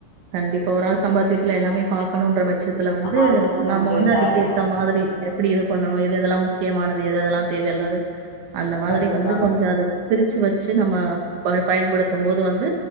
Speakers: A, on the right; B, on the left.
A: கண்டிப்பா. ஒரு ஆள் சம்பாத்தியத்துல எல்லாமே பாக்கணுன்ற பட்சத்துல வந்து
B: அது கொஞ்சோ
A: நம்ம வந்து
B: இதா
A: அதுக்கு
B: இருக்கு
A: ஏத்த மாதிரி எப்டி இது பண்ணணு எது எதெல்லா மு க்கியமான து எது எதெல்லா தேவையில்லாதது அந்த மாதிரி
B: கண்டிப்பாக
A: வந்து கொஞ்ச அத பிரிச்சு வச்சு நம்ம ப பயன்படுத்தும்போது வந்து,